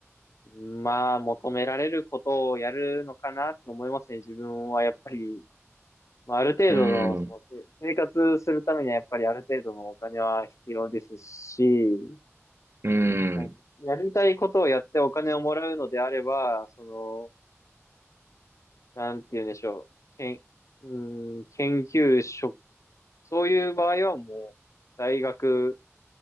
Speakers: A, on the left; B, on the right.
A: ー、まあ、求められることをやるのかなって思いますね。自分はやっぱり、まあ、ある程度の、
B: うーん、
A: その、せ生活するためにはやっぱりある程度のお金は必要ですし、
B: うー
A: なんか、
B: ん、
A: やりたいことをやってお金をもらうのであれば、その、なんて言うんでしょう。けん、うーん、研究職、そういう場合はもう、大学